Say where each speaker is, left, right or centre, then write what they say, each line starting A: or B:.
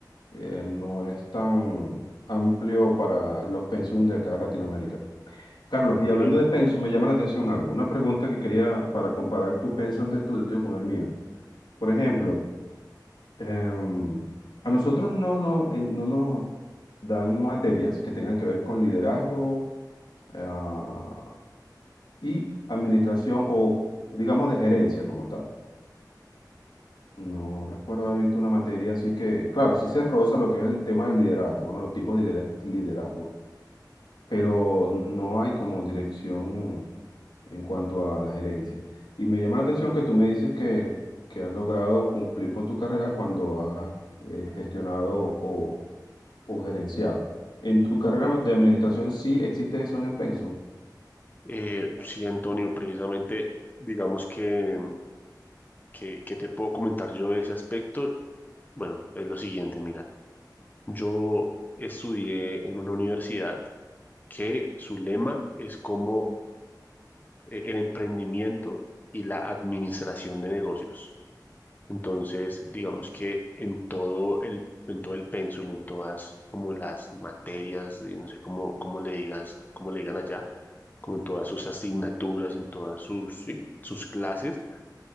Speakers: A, on the left; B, on the left.
A: eh, no es tan amplio para los pensum de acá en Latinoamérica. Carlos,
B: Ok.
A: y hablando de pensum, me llama la atención algo, una pregunta que quería para comparar tu pensum de estudio con el mío. Por ejemplo, em, a nosotros no, no, eh, no nos dan materias que tengan que ver con liderazgo ah, y administración o digamos de gerencia como tal. No recuerdo haber visto una materia así que, claro, sí se roza lo que es el tema del liderazgo, ¿no? Los tipos de lider- liderazgo. pero no hay como dirección en cuanto a la gerencia. Y me llama la atención que tú me dices que, que has logrado cumplir con tu carrera cuando has eh, gestionado o, o gerenciado. ¿En tu carrera de administración sí existe eso en el pensum?
B: Eh, sí, Antonio, precisamente, digamos que, que, que te puedo comentar yo de ese aspecto. Bueno, es lo siguiente, mira, yo estudié en una universidad que su lema es como eh, el emprendimiento y la administración de negocios. Entonces, digamos que en todo el, en todo el pénsul, en todas como las materias, y no sé cómo, cómo le digas, cómo le digan allá, como en todas sus asignaturas, en todas sus, sí, sus clases,